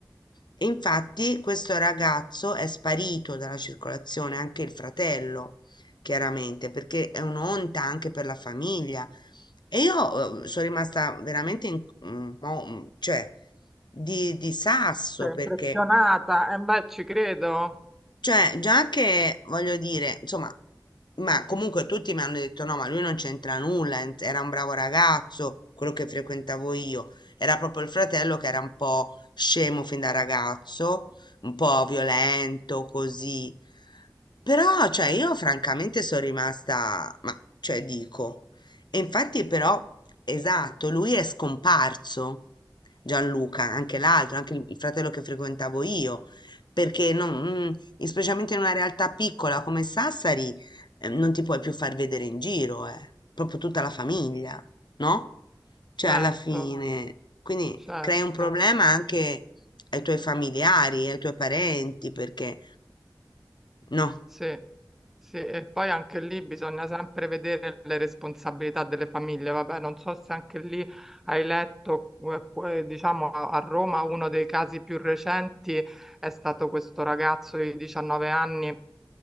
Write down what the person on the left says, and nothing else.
E infatti questo ragazzo è sparito dalla circolazione, anche il fratello, chiaramente, perché è un'onta anche per la famiglia. E io eh, sono rimasta veramente in, mm, mo- mm, cioè, di, di sasso
perché
cioè, già che voglio dire, insomma, ma comunque tutti mi hanno detto no, ma lui non c'entra nulla, en- era un bravo ragazzo, quello che frequentavo io, era proprio il fratello che era un po' scemo fin da ragazzo, un po' violento, così. Però, cioè, io francamente sono rimasta, ma, cioè, dico, e infatti però, esatto, lui è scomparso, Gianluca, anche l'altro, anche il il fratello che frequentavo io perché non- mm, specialmente in una realtà piccola come Sassari, eh, non ti puoi più far vedere in giro, eh, proprio tutta la famiglia, no? Cioè,
alla fine, quindi
crei un problema anche ai tuoi familiari, ai tuoi parenti, perché no,